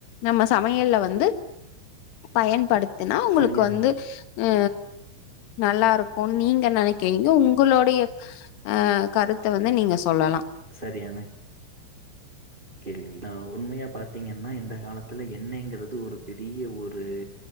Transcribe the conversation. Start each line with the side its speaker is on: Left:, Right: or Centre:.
Left: நம்ம சமையல்ல வந்து பயன்படுத்துனா உங்களுக்கு
Right: சரியா
Left: வந்து ஆ நல்லா இருக்கு நீங்க நினைக்கிறீங்க உங்களுடைய ஆ கருத்த வந்து நீங்க சொல்லலா
Right: சரியான ள்வி நாங்க உண்மையா பாத்தீங்கன்னா இந்த காலத்துல எண்ணெய்ங்கிறது ஒரு பெரிய ஒரு